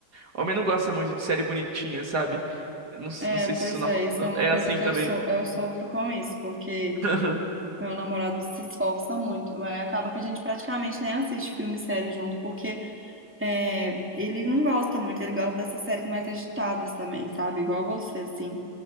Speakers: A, on the right (about 50°); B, in the centre.
A: homem não gosta muito de série bonitinha, sabe? Eu Não, s-
B: É,
A: não sei
B: pois
A: se isso na-
B: é, isso é uma
A: é
B: coisa
A: assim
B: que
A: também.
B: eu sou, eu sofro com isso, porque
A: <laughs>
B: meu namorado se esforça muito, é, acaba que a gente praticamente nem assiste filme e série junto, porque É, ele não gosta muito, ele gosta dessas séries mais agitadas também, sabe? Igual você, assim.